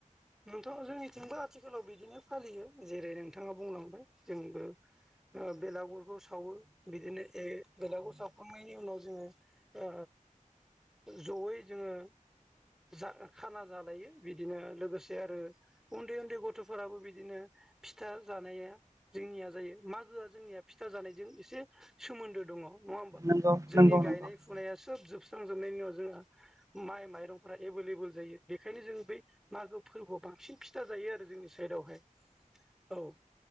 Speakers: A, in the centre; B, on the right.
A: नोंथां जोंनिथिंबो आथिखालाव बिदिनो फालियो जेरै नोंथाङा बुंलांबाय जोंबो ओ बेलागुरखौ सावो बिदिनो ए बेलागुर सावखांनायनि उनाव जोङो ओ जयै जोङो जा खाना जालायो बिदिनो लोगोसे जे आरो उन्दै उन्दै गथ'फोराबो बिदिनो फिथा जानाया जोंनिया जायो माग गोआ जोंनिया फिथा जानायजों एसे सोमोन्दो दङ नङा होमबा?
B: नंगौ
A: जोंनि
B: नंगौ
A: गायनाय
B: नंगौ
A: फुनाया सोब जोबस्रां जोबनायनि उनाव जोंहा माय मायरंफोरा एभेलेबेल जायो बेनिखायनो जों बै मागो फोरबोआव बांसिन फिथा जायो आरो जोंनि साइदआवहाय। औ।